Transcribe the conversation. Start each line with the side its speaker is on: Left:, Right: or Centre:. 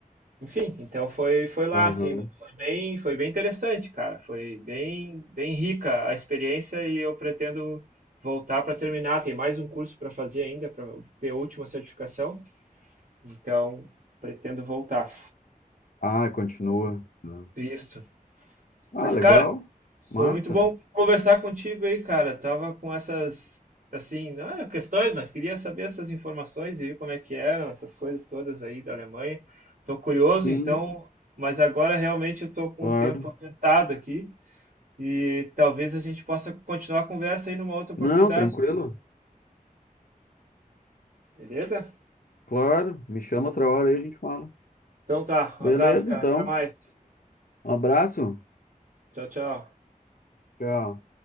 Right: enfim, então foi foi lá
Left: Aham.
Right: assim, mas foi bem, foi bem interessante, cara. Foi bem bem rica a experiência e eu pretendo voltar para terminar. Tem mais um curso para fazer ainda para obter a última certificação, então pretendo voltar.
Left: Ah, continua. Ah,
Right: Isso.
Left: Ah,
Right: Mas,
Left: legal.
Right: cara,
Left: Massa.
Right: Foi muito bom conversar contigo aí, cara. Tava com essas, assim, não eram questões, mas queria saber essas informações e ver como é que eram essas coisas todas aí da Alemanha. Tô curioso,
Left: Sim,
Right: então, mas agora realmente eu tô com
Left: claro.
Right: o tempo apertado aqui e talvez a gente possa continuar a conversa aí numa outra oportunidade,
Left: Não, tranquilo.
Right: beleza?
Left: Claro. Me chama outra hora aí a gente fala.
Right: Então tá, um
Left: Beleza,
Right: abraço, cara.
Left: então.
Right: Até mais.
Left: Um abraço.
Right: Tchau, tchau.
Left: Tchau.